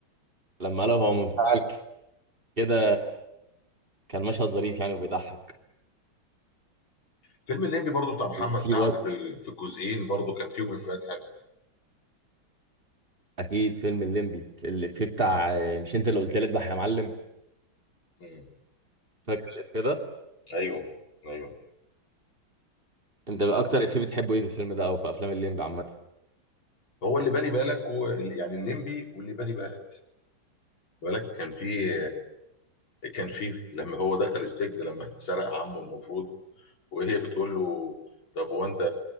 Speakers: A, on the right (about 25°); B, on the left (about 75°).
A: لما قالها هو منفعل كده كان مشهد ظريف يعني وبيضحك
B: فيلم الليمبي برضو بتاع محمد
A: وفي
B: سعد
A: برضه
B: في في الجزئين برضو كان فيهم افيهات حلوه
A: اكيد فيلم الليمبي الافيه بتاع مش انت اللي قلت لي اذبح يا معلم
B: مم.
A: فاكر الافيه ده
B: ايوه ايوه
A: انت اكتر افيه بتحبه ايه في الفيلم ده او في افلام الليمبي عامه
B: هو اللي بالي بالك و... يعني الليمبي واللي بالي بالك بالك كان فيه كان فيه لما هو دخل السجن لما <laughs> سرق عمه المفروض وهي بتقول له طب هو انت